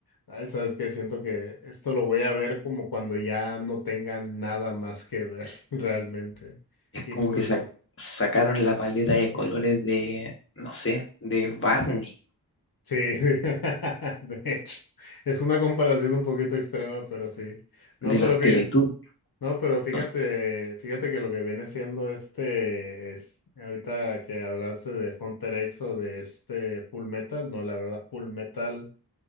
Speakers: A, on the left; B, on the left.
A: "Ay, ¿sabes qué? Siento que esto lo voy a ver como cuando ya no tenga nada más que ver <laughs> realmente.
B: Es
A: Y
B: como
A: pues,
B: que sac-
A: y-
B: sacaron la paleta
A: ujú.
B: de colores de, no sé, de Barney,
A: sí, <laughs> de hecho, es una comparación un poquito extrema, pero sí. No,
B: de
A: pero
B: los
A: fíjate.
B: Teletubbies.
A: No, pero fíjate,
B: No sé.
A: fíjate que lo que viene siendo este, es, ahorita que hablaste de Hunter X o de este Full Metal, no, la verdad, Full Metal